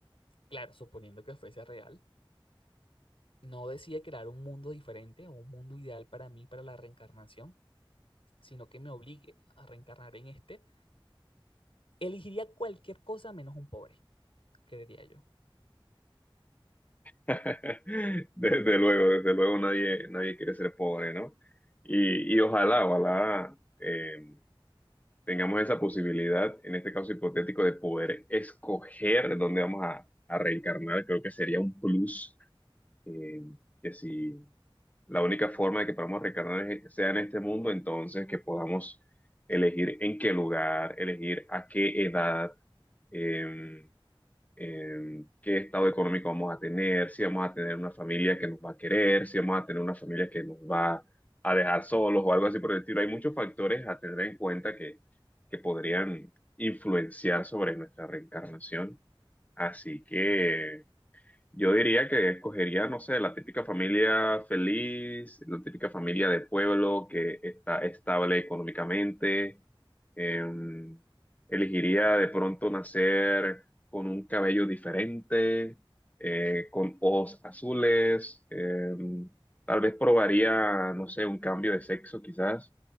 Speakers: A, on the left; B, on the left.
A: claro, suponiendo que fuese real, no decide crear un mundo diferente o un mundo ideal para mí, para la reencarnación, sino que me obligue a reencarnar en este, elegiría cualquier cosa menos un pobre, creería yo.
B: <laughs> Desde luego, desde luego nadie, nadie quiere ser pobre, ¿no? Y, y ojalá, ojalá eh, tengamos esa posibilidad, en este caso hipotético, de poder escoger dónde vamos a, a reencarnar. Creo que sería un plus, eh, que si la única forma de que podamos reencarnar es- sea en este mundo, entonces que podamos elegir en qué lugar, elegir a qué edad. eh, eh, qué estado económico vamos a tener, si vamos a tener una familia que nos va a querer, si vamos a tener una familia que nos va a dejar solos o algo así por el estilo. Hay muchos factores a tener en cuenta que, que podrían influenciar sobre nuestra reencarnación. Así que yo diría que escogería, no sé, la típica familia feliz, la típica familia de pueblo que está estable económicamente. Em, elegiría de pronto nacer con un cabello diferente, eh, con ojos azules. em, tal vez probaría, no sé, un cambio de sexo quizás.